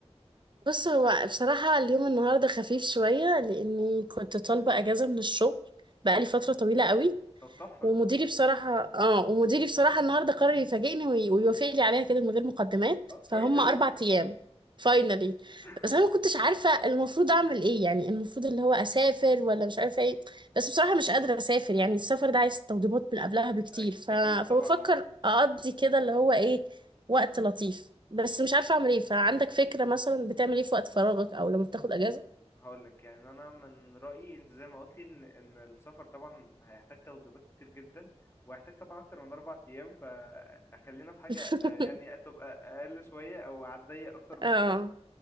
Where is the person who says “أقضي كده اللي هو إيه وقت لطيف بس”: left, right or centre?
Right